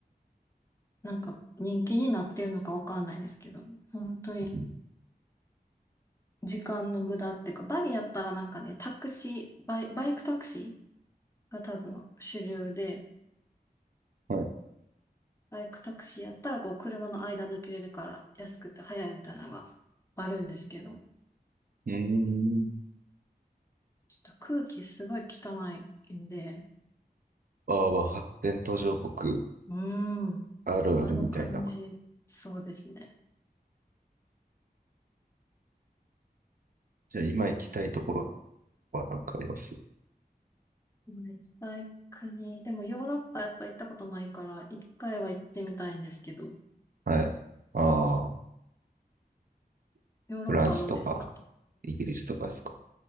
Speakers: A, on the left; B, on the right.
A: なんか人気になってるのかわかんないですけど、本当に
B: ん
A: 時間の無駄っていうか、バリやったらなんかね、タクシー、バイ、バイクタクシーが多分主流で、
B: はい。
A: バイクタクシーやったらこう車の間抜けれるから安くて早いみたいなのがあるんですけど、
B: うーん。
A: ちょっと空気すごい汚いんで、
B: あーは発展途上国
A: うーん、
B: あるあるみたいな。
A: あの感じ、そうですね。
B: じゃあ今行きたいところは何かあります
A: まあ行きたい国、でもヨーロッパやっぱ行ったことないから、一回は行ってみたいんですけど、
B: はい。ああ、
A: ヨーロッパどうですか
B: フランスとか、イギリスとかですか。